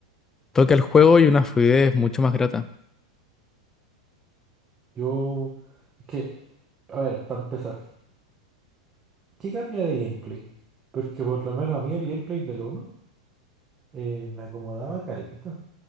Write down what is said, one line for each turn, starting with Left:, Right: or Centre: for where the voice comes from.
Left: toque al juego y una fluidez mucho más grata.
Right: Yo. Es que, a ver, para empezar, ¿qué cambia de gameplay? Porque por lo menos a mí el gameplay del uno eh, me acomodaba carita.